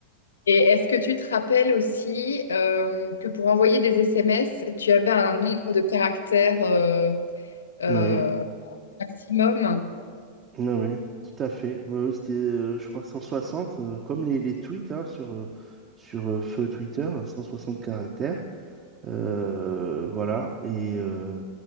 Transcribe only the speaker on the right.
Oui.
Ah oui, tout à fait. Oui, oui, c'était, euh, je crois, 160, euh, comme les, les tweets hein, sur, euh, sur euh, feu Twitter, 160 caractères. Euh, voilà. Et, euh,